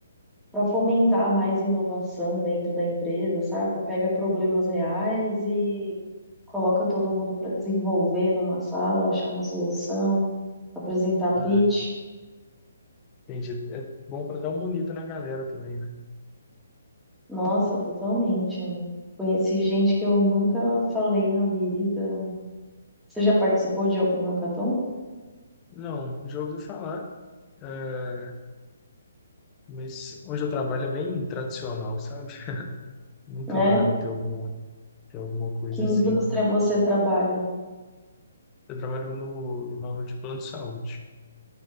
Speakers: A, in the centre; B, on the left (about 25°).
A: para fomentar mais inovação dentro da empresa, sabe? Pega problemas reais e coloca todo mundo para desenvolver numa sala, achar uma solução, apresentar pitch.
B: Ah, entendi. É bom para dar uma unida na galera também, né?
A: Nossa, totalmente. né? Conheci gente que eu nunca falei na vida. Você já participou de algum hackathon,
B: Não, já ouvi falar, é, mas onde eu trabalho é bem tradicional, sabe? Muito
A: né?
B: raro ter alguma, ter alguma coisa
A: Que indústria
B: assim.
A: você trabalha?
B: Eu trabalho no, no ramo de plano de saúde,